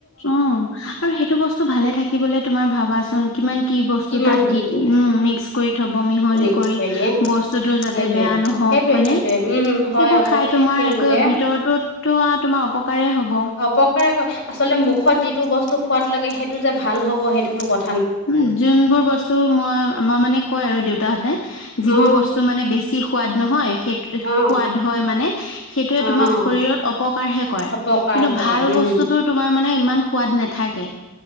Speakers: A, on the left (about 80°); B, on the left (about 65°).
A: অ' আৰু সেইটো বস্তু ভালে থাকিবলৈ তোমাৰ ভাবাচোন কিমান কি বস্তু
B: কিমান
A: তাত
B: কি
A: দি
B: দিয়ে
A: উম, মিক্স কৰি থ'ব মিহলি
B: মিক্স
A: কৰি
B: দিয়ে
A: বচ টোতু যাতে
B: সেইটোৱে
A: বেয়া নহওক
B: সেইটোৱে
A: হয়নে,
B: সেইটোৱে উম হয়
A: সেইবোৰ
B: আকৌ
A: খাই তোমাৰ
B: তেওঁলোকে
A: একে ভিতৰটোত তো আ, তোমাৰ অপকাৰে হ'ব।
B: উপকাৰে হয় আচলতে মুখত যিটো বস্তু সোৱাদ লাগে সেইটো যে ভাল হ'ব সেইটোতো কথ
A: উম, যোনবোৰ বস্তু মই-মই মানে কয় আৰু দেউতাহঁতে যিবোৰ
B: অ
A: বস্তু মানে বেছি সোৱাদ নহয় সেই
B: অ
A: সোৱাদ হয় মানে সেইটোয়ে
B: অ
A: তোমাৰ শৰীৰত
B: অ
A: অপকাৰহে কৰে
B: অপকাৰ
A: কিন্তু
B: কৰে
A: ভাল
B: উম
A: বস্তুতো তোমাৰ মানে ইমান সোৱাদ নেথাকে